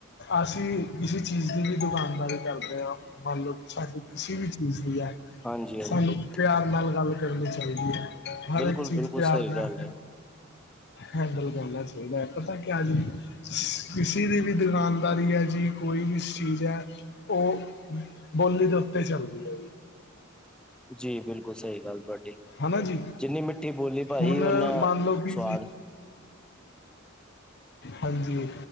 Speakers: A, on the left; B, in the centre.
A: ਅਸੀਂ ਕਿਸੇ ਚੀਜ਼ ਦੀ ਵੀ ਦੁਕਾਨਦਾਰੀ ਕਰਦੇ ਆ ਮੰਨ ਲੋ ਕੀ ਸਾਡੇ ਕਿਸੇ ਵੀ ਚੀਜ਼ ਦੀ ਐ।
B: ਹਾਂਜੀ ਹਾਂਜੀ
A: ਸਾਨੂੰ ਪਿਆਰ ਨਾਲ ਗੱਲ ਕਰਨੀ ਚਾਈਦੀ ਐ ਹਰ
B: ਬਿਲਕੁਲ
A: ਇੱਕ ਚੀਜ਼
B: ਬਿਲਕੁਲ
A: ਪਿਆਰ
B: ਸਹੀ
A: ਨਾਲ
B: ਗੱਲ ਹੈ।
A: ਹੈਂਡਲ ਕਰਨਾ ਚਾਈਦੈ ਪਤਾ ਕਿਆ ਜੀ ਕਿਸੀ ਦੀ ਵੀ ਦੁਕਾਨਦਾਰੀ ਐ ਜੀ ਕੋਈ ਵੀ ਚੀਜ਼ ਐ ਓ ਬੋਲੀ ਦੇ ਉੱਤੇ ਚੱਲਦੀ ਐ।
B: ਜੀ ਬਿਲਕੁਲ ਸਹੀ ਗੱਲ ਤੁਹਾਡੀ
A: ਹਨਾ ਜੀ
B: ਜਿੰਨੀ ਮਿੱਠੀ ਬੋਲੀ ਭਾਈ
A: ਹੁਣ
B: ਓਨਾ
A: ਮੰਨ ਲਓ ਕਿ
B: ਸਵਾਦ।
A: ਜੀ
B: <unintelligible>
A: ਹਾਂਜੀ